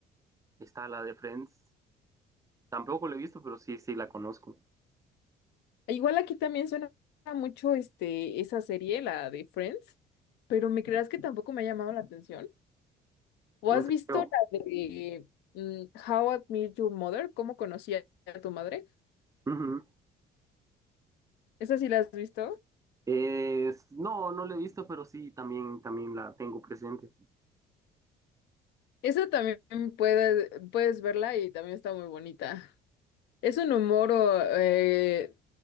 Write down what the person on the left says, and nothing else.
Igual aquí también suena mucho este, esa serie, la de Friends, pero ¿me creas que tampoco me ha llamado la atención? ¿O
has
visto
la de mm, How I Met Your Mother? ¿Cómo conocí a a tu madre?
¿Esa sí la has visto?
Esa también puedes, puedes verla y también está muy bonita. Es un humor, o, eh,